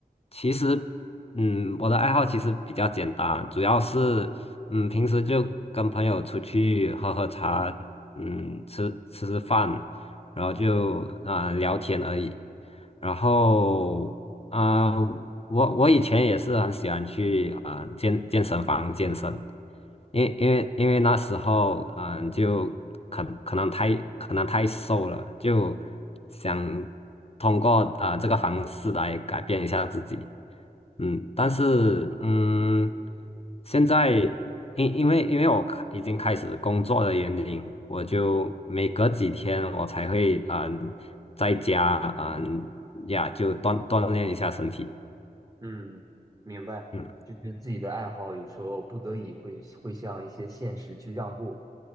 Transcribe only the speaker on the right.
嗯，明白，
就是自己的爱好有时候不得已会会向一些现实去让步，